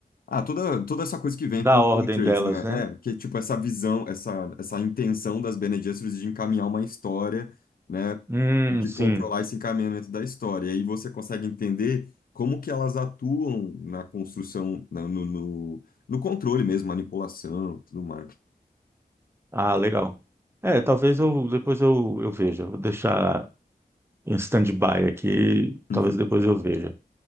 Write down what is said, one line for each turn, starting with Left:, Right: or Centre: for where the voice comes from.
Left: Ah, toda, toda essa coisa que vem
Right: Da
Left: com com
Right: ordem
Left: o Trades,
Right: delas,
Left: né?
Right: né?
Left: É, que tipo essa visão, essa, essa intenção das Bene Gesserit de encaminhar uma história, né?
Right: Hum,
Left: De
Right: sim.
Left: controlar esse encaminhamento da história. E aí você consegue entender como que elas atuam na construção, na- no, no, no controle mesmo, manipulação, tudo mais.
Right: Ah, legal. É, talvez eu depois eu, eu veja. Vou deixar em stand-by aqui,
Left: <laughs>
Right: talvez depois eu veja.